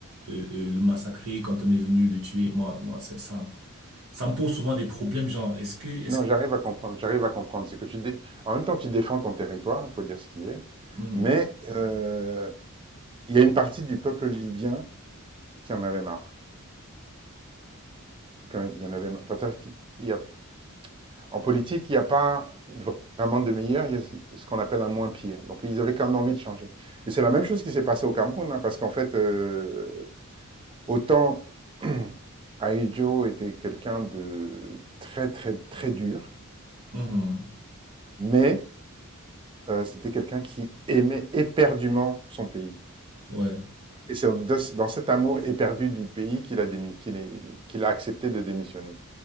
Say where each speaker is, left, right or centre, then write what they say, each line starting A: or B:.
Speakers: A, on the right (about 75°); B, on the right (about 25°).
A: euh, euh, le massacrer, quand on est venu le tuer. Moi, moi, c'est ça. Ça me pose souvent des problèmes, genre, est-ce que, est-ce
B: non,
A: que,
B: j'arrive à comprendre, j'arrive à comprendre. C'est que tu dé en même temps, tu défends ton territoire, il faut dire ce qui est,
A: Mhm.
B: mais heu, il y a une partie du peuple libyen qui en avait marre, qu'il y en avait marre. Peut-être qu'il y a en politique, il n'y a pas de- vraiment de meilleur, il y a ce ce qu'on appelle un moins pire. Donc ils avaient quand même envie de changer et c'est la même chose qui s'est passée au Cameroun, hein, parce qu'en fait, heu, autant <clears throat> Ahidjo était quelqu'un de très, très, très dur,
A: Mhm.
B: mais Heu, c'était quelqu'un qui aimait éperdument son pays
A: Ouais,
B: et c'est de dans cet amour éperdu du pays qu'il a démi qu'il est qu'il a accepté de démissionner.